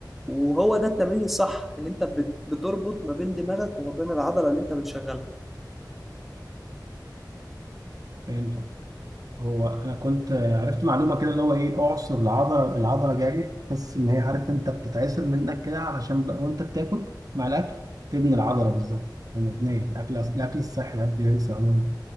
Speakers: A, in the centre; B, on the right (about 55°).
A: وهو ده التمرين الصح إن أنت بت- بتربط ما بين دماغك وما بين العضلة اللي أنت بتشغلها
B: فهمت هو انا كنت عرفت معلومه كده اللي هو ايه اعصر العضله العضله جامد تحس ان هي عارف انت بتتعصر منك كده علشان بقى وانت بتاكل مع الاكل تبني العضله بالظبط مبنيه الاكل الاكل الصحي ده بينسى عموما